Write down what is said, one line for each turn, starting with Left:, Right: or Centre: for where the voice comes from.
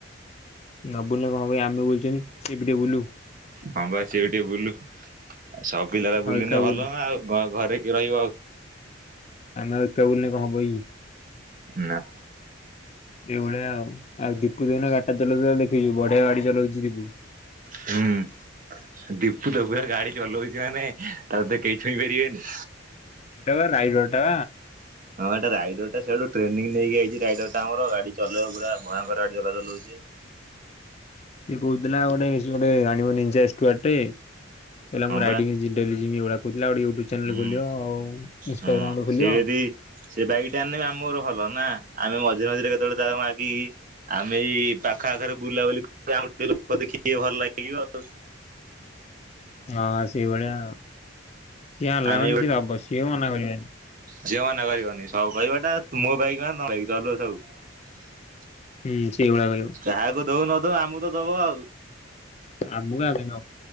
Left: ନ ବୁଲିଲେ କଣ ହବକି ଆମେ ବୁଲୁଚନ୍ତି ସେ ବି ଟିକେ ବୁଲୁ।
Right: ହଁ ବା ସେ ଟିକେ ବୁଲୁ। ଆଉ ସବୁ ପିଲାରା
Left: ଆମେ
Right: ବୁଲିନେ
Left: ଆଉ ଏକା
Right: ଭଲ
Left: ବୁଲୁ
Right: ନା ଆଉ ଘ ଘରେ କିିଏ ରହିବ ଆଉ?
Left: ଆମେ ଆଉ ଏତେ ବୁଲିଲେ କଣ ହବକି?
Right: ନାଁ।
Left: ଏଇଭଳିଆ ଆଉ, ଆଉ ଦୀପୁ ଜେନା ଗାଡିଟା ଚଳେଇଥିଲାବେଳେ ଦେଖିଛି ବଢିଆ ଗାଡି ଚଲଉଛି ଦୀପୁ।
Right: ହୁଁ ଦୀପୁ ତ ପୁରା ଗାଡି ଚଲଉଛି ମାନେ ତାକୁ ତ କେହି ଛୁଇଁ ପାରିବେନି।
Left: ହେଟା ପା ରାଇଡରଟା
Right: ହଁ ଏଟା ରାଇଡରଟା ସିଆଡୁ ଟ୍ରେନିଂ ନେଇକି ଆଇଛି ରାଇଡରଟା ଆମର ଗାଡି ଚଲେଇବ ପୁରା ଭୟଙ୍କର ଗାଡି ଚଲା ଚଲାଉଛି।
Left: ସେଏ କହୁଥିଲା ଗୋଟେ ସେ ଗୋଟେ ଆଣିବ <unintelligible> ଟେ। କହିଲା
Right: ହଁ
Left: ମୁଁ ରାଇଡିଙ୍ଗ୍
Right: ବା
Left: ଯିବି ଡେଲି। <unintelligible> ଚ୍ୟାନେଲ
Right: ହୁଁ,
Left: ଖୋଲିବ ଆଉ ଇନଷ୍ଟାଗ୍ରାମ
Right: ହୁଁ
Left: ଗୋଟେ ଖୋଲିବ।
Right: ସେ ଯଦି
Left: ହଁ
Right: ସେ ବାଇକଟା ଆନିଲେ ବି ଆ ମୋର ଭଲ ନା? ଆମେ ମଝିରେ ମଝିରେ କେତେବେଳେ ତାକୁ ମାଗିକି ଆମେ ଏଇ ପାଖଆଖରେ ବୁଲାବୁଲି କରିବା ଆମକୁ ଟିକେ ଲୋକ ଦେଖିକି ଭଲ ଲାଗିବ ଆଉ।
Left: ହଁ ସେଇଭଳିଆ, ସିଏ ଆଣିଲା
Right: ଆମେ
Left: ମାନେ ସିଏ ଦବ ସିଏ ମନା କରିବନି।
Right: ଝିଅମାନେ କହିବନି ସବୁ କହିବ ଏଇଟା ମୋ ବାଇକ ମାନେ ତମ ବାଇକ୍ ଚଲଉଚ ସବୁ।
Left: କି ସେଇଭଳିଆ ରହିବ।
Right: କାହାକୁ ଦଉ ନ ଦଉ ଆମକୁ ତ ଦବ ଆଉ।
Left: ଆମକୁ ଆଗେ ନବ।